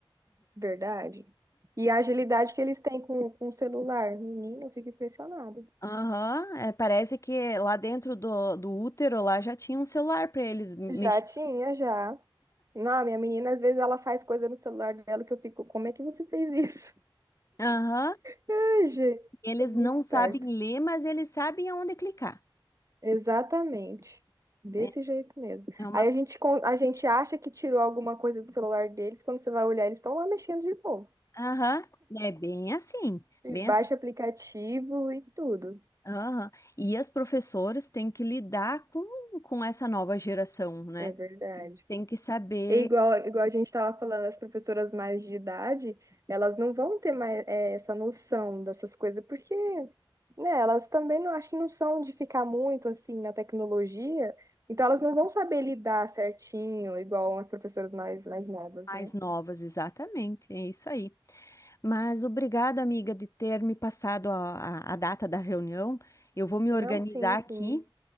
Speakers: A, on the right; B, on the left.
A: Verdade. E a agilidade que eles têm com, com o celular, menina, eu fico impressionada.
B: Aham, é, parece que lá dentro do, do útero lá já tinha um celular para eles mexer.
A: Já tinha, já. Não, minha menina, às vezes ela faz coisa no celular dela que eu fico, como é que você fez isso?
B: Aham,
A: <laughs> Ai, gente,
B: eles
A: é muito
B: não
A: esperto.
B: sabem ler, mas eles sabem aonde clicar.
A: Exatamente. Desse
B: né?
A: jeito mesmo.
B: É uma
A: Aí a gente, con- a gente acha que tirou alguma coisa do celular deles, quando você vai olhar, eles estão lá mexendo de novo.
B: Aham, É bem assim,
A: E
B: bem
A: baixa
B: assim.
A: aplicativo e tudo.
B: Aham. E as professoras têm que lidar com, com essa nova geração, né?
A: É verdade.
B: Eles têm que saber
A: E igual, igual a gente estava falando, as professoras mais de idade, elas não vão ter mais eh, essa noção dessas coisas, porque, né, elas também não acho que não são de ficar muito assim na tecnologia, então elas não vão saber lidar certinho, igual as professoras mais, mais novas,
B: mais
A: né?
B: novas, exatamente, é isso aí. Mas obrigada, amiga, de ter me passado a, a, a data da reunião. Eu vou me organizar
A: Não, sim,
B: aqui,
A: sim.